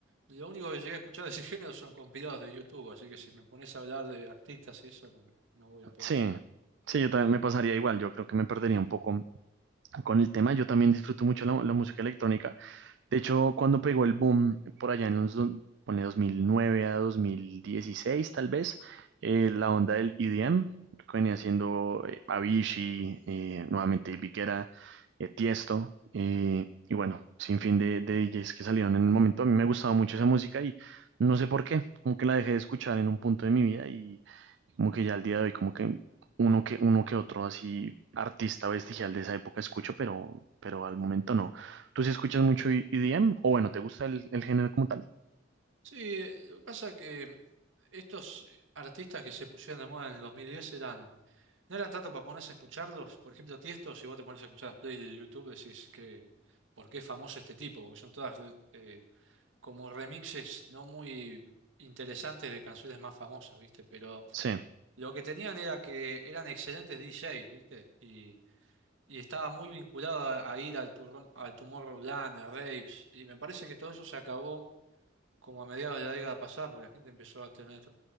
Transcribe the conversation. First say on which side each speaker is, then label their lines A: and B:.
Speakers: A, on the right (about 80°); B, on the right (about 65°).
A: lo único que llegué a escuchar de ese género son compilados de YouTube, así que si me pones a hablar de artistas y eso, no, no voy a poder.
B: Sí, sí, yo también me pasaría igual, yo creo que me perdería un poco con el tema. Yo también disfruto mucho la, la música electrónica. De hecho, cuando pegó el boom, por allá en los do- ponle 2009 a 2016, tal vez, eh, la onda del EDM, lo que venía haciendo eh, Avicii, eh, nuevamente David Guetta, eh, Tiesto, eh, y bueno, sin fin de, de DJs que salieron en el momento. A mí me gustaba mucho esa música y no sé por qué, como que la dejé de escuchar en un punto de mi vida y como que ya al día de hoy, como que uno que, uno que otro así artista vestigial de esa época escucho, pero, pero al momento no. ¿Tú sí escuchas mucho E- EDM? O bueno, ¿te gusta el, el género como tal?
A: Sí, lo que pasa que estos artistas que se pusieron de moda en el 2010 eran, no eran tanto para ponerse a escucharlos, por ejemplo, Tiesto, si vos te pones a escuchar las playlists de YouTube decís que, ¿por qué es famoso este tipo? Porque son todas eh, como remixes no muy interesantes de canciones más famosas, ¿viste? Pero
B: Sí,
A: lo que tenían era que eran excelentes DJs, ¿viste? Y, y estaba muy vinculado a, a ir al, Turrom- al Tomorrowland, a raves, y me parece que todo eso se acabó como a mediados de la década pasada, porque la gente empezó a tener,